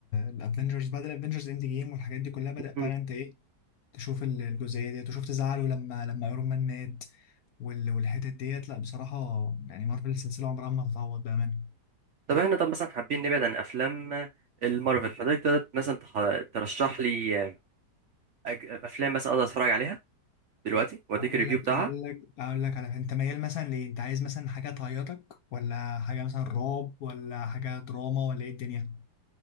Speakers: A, on the left; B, on the right.
A: الافنجرز بعد الافنجرز اند جيم والحاجات دي كلها بدا
B: مم.
A: فعلا انت ايه تشوف ال- الجزئيه ديت وشفت زعله لما لما ايرون مان مات وال- والحتت ديت لا بصراحه يعني مارفل السلسله عمرها ما هتتعوض بامانه
B: طب احنا طب مثلا حابين نبعد عن افلام آه، المارفل فده تقدر مثلا تح- ترشح لي آه، أج- افلام مثلا اقدر اتفرج عليها دلوقتي واديك
A: هقول
B: الريفيو
A: لك
B: بتاعها
A: هقول لك هقول لك على انت ميال مثلا ليه انت عايز مثلا حاجه تعيطك ولا حاجه مثلا رعب ولا حاجه دراما ولا ايه الدنيا